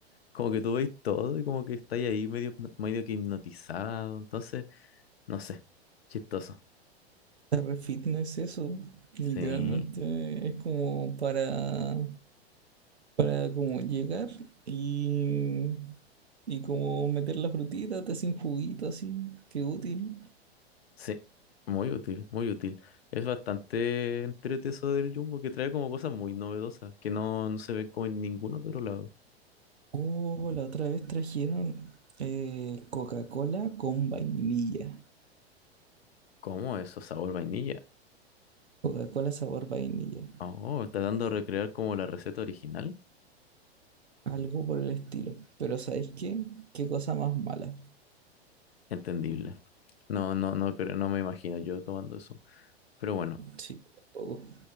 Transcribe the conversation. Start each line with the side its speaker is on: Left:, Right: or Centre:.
Left: como que tú veis todo y como que estáis ahí medio, hipno- medio que hipnotizado, entonces, no sé, chistoso.
Right: Está re fitness eso. Literalmente
Left: Sí,
Right: es como para, para como llegar y, y como meter la frutita, te hacen juguito así. Qué útil.
Left: sí, muy útil, muy útil. Es bastante entrete eso del Jumbo que trae como cosas muy novedosas, que no, no se ven como en ningún otro lado.
Right: Oh, la otra vez trajeron eh, Coca-Cola con vainilla.
Left: ¿Cómo eso? Sabor vainilla.
Right: Coca-Cola sabor vainilla.
Left: Oh, está dando a recrear como la receta original.
Right: Algo por el estilo. Pero ¿sabéis qué? Qué cosa más mala.
Left: Entendible. No, no, no creo, no me imagino yo tomando eso. Pero bueno,
Right: Sí, tampoco.